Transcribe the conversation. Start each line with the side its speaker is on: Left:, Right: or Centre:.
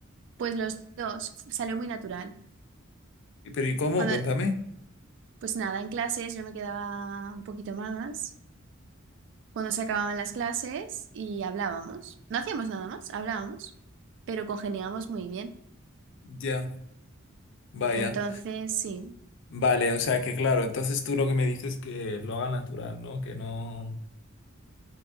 Right: Pues los dos, salió muy natural.
Left: Pero ¿y cómo?
Right: Cuando,
Left: Cuéntame.
Right: pues nada, en clases yo me quedaba un poquito más. Cuando se acababan las clases y hablábamos. No hacíamos nada más, hablábamos, pero congeniábamos muy bien.
Left: Ya. Vaya,
Right: Entonces, sí,
Left: vale, o sea que claro, entonces tú lo que me dices es que lo haga natural, ¿no? Que no,